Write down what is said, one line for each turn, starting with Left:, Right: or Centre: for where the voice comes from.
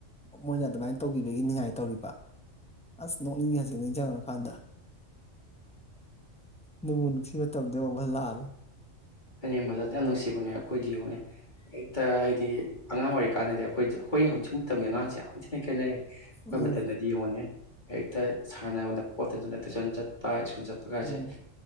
Centre: ꯃꯣꯏꯅ ꯑꯗꯨꯃꯥꯏꯅ ꯇꯧꯕꯤꯕꯒꯤ ꯉꯥꯏ ꯇꯧꯔꯤꯕ ꯑꯁ ꯅꯣꯛꯅꯤꯡꯉ ꯅꯤꯡꯁꯤꯡꯉꯨꯔꯀꯥꯟꯗ ꯅꯣꯡꯃꯕꯨ ꯅꯨꯡꯁꯤ ꯃꯇꯝꯗ ꯋꯥꯕꯜꯂꯥꯛꯑꯔ
Left: ꯑꯅꯦꯝ ꯃ ꯌꯥꯝ ꯅꯨꯡꯁꯤꯕꯅꯦ ꯑꯩꯈꯣꯏꯗꯤ ꯌꯦꯡꯅꯩ ꯍꯦꯛꯇ ꯍꯥꯏꯗꯤ ꯑꯉꯥꯡ ꯑꯣꯏꯔꯤꯀꯥꯟꯗꯗꯤ ꯑꯩꯈꯣꯏ ꯑꯩꯈꯣꯏ ꯍꯧꯖꯤꯛ ꯃꯇꯝꯗꯤ ꯑꯉꯥꯡꯁꯦ ꯌꯥꯝ ꯊꯤꯅ ꯈꯦꯠꯅꯔꯦ ꯑꯩꯈꯣꯏ
Centre: ꯎꯝ
Left: ꯃꯇꯝꯊꯗꯗꯤ ꯌꯣꯟꯉꯦ ꯍꯦꯛꯇ ꯁꯥꯟꯅꯕꯗ ꯈꯣꯠꯇꯅ ꯆ ꯇꯨꯁꯟ ꯆꯠꯄ ꯆꯠꯄ ꯀꯁꯦ
Centre: ꯎꯝ